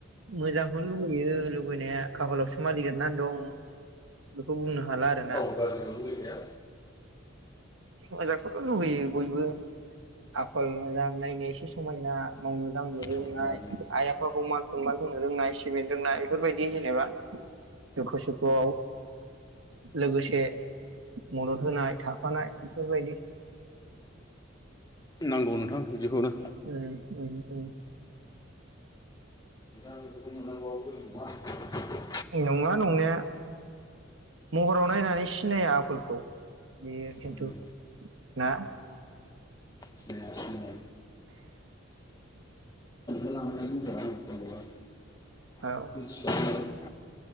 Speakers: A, on the right; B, on the left.
A: मोजां। बेखौनो लुुबैयो लुबैनाया। खाफालावसो मा लिरनानै दं। बेखौ बुंनो हाला आरो।
B: रावबो गाज्रिखौ लुगैखाया।
A: मोजांखौथ लुबैयो बयबो आखल मोजां नायनो एसे समायना मावनो दांनो रोंनाय
B: समायना नों
A: आइ आफाखौ मान सनमान होनो रोंनाय सिबिनो रोंनाय बेफोर बायदि जेनेबा दुखु सुखुआव लोगोसे मदद होनाय। थाफानाय बेफोर बायदि।
B: नांगौ नोंथां बिदिखौनो।
A: उम उम उम।
B: <inaudible>
A: नङा नंनाया महराव नायनानै सिनाया आखलखौ बेयो खिन्थु
B: उम
A: ना।
B: सिनाया सिनाया ओंखायनो <inaudible> <inaudible>
A: औ औ